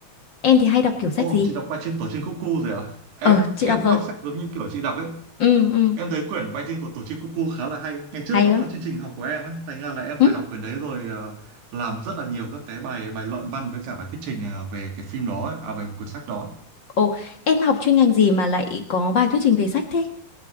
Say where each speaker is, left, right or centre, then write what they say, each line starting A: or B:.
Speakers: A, on the left; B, on the right.
A: Em thì hay đọc kiểu sách
B: ô
A: gì?
B: chị đọc bài trên tổ chim cuckoo rồi à em
A: Ờ, chị
B: em
A: đọc
B: cũng
A: rồi.
B: đọc sách giống như kiểu chị đọc ấy
A: Ừ ừ,
B: em thấy quyển bài trên của tổ chim cuckoo khá là hay ngày trước
A: hay
B: nó
A: quá.
B: cũng là chương trình học của em ấy thành ra là em
A: Ừ.
B: phải đọc quyển đấy rồi ờ, làm rất là nhiều các cái bài bài luận văn với cả bài thuyết trình ờ, về cái phim đó ấy, à về cuốn sách đó ấy.
A: Ồ, em học chuyên ngành gì mà lại có bài thuyết trình về sách thế?